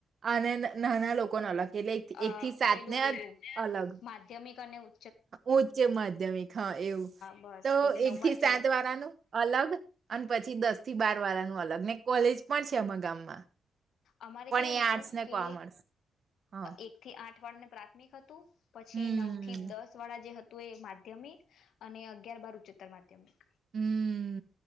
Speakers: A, on the right (about 45°); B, on the left (about 85°).
A: અને નાના લોકોને અલગ કે, એટલે એક
B: અ
A: એક થી સાત
B: પેલું
A: ને
B: પેલું
A: અલગ
B: માધ્યમિક અને ઉ
A: ઉચ્ચ માધ્યમિક હા એવું,
B: બસ
A: તો
B: એટલે નવમાં
A: એક થી સાત
B: જો
A: વાળાનું અલગ અં પછી દસ થી બાર વારા નું અલગ ને કોલેજ પણ છે અમા ગામમાં.
B: અમારે
A: પણ
B: કેવું
A: એ
B: હતું
A: આર્ટસ ને
B: કે
A: કોમર્સ હા
B: એક થી આઠ અઠવાડ ને પ્રાથમિક હતું પછી
A: હમ્મ
B: નવ થી દસ વાળા જે હ તો એ માધ્યમિક, અને અગિયાર બાર ઉચ્ચતર માધ્યમિક.
A: હમ્મ્મ.